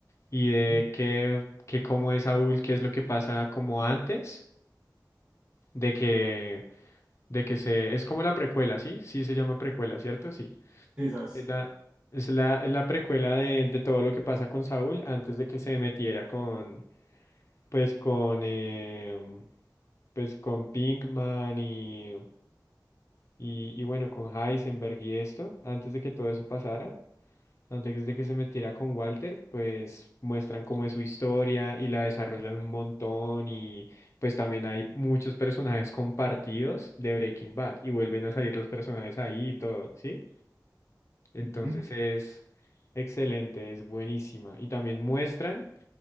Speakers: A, on the left; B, on the right.
A: y de
B: Ujú.
A: que, que cómo es Saúl, qué es lo que pasa como antes, de que de que se, es como la precuela, ¿sí? Sí se llama precuela, ¿cierto? Sí.
B: Sisas.
A: Es la, es la, es la precuela de, de todo lo que pasa con Saúl antes de que se metiera con, pues con, eh, pues con Pinkman y, y, y bueno, con Heisenberg y esto, antes de que todo eso pasara. Antes de que se metiera con Walter, pues muestran cómo es su historia y la desarrollan un montón y pues también hay muchos personajes compartidos de Breaking Bad y vuelven a salir los personajes ahí y todo, ¿sí? Entonces
B: Ujú.
A: es excelente, es buenísima. Y también muestran,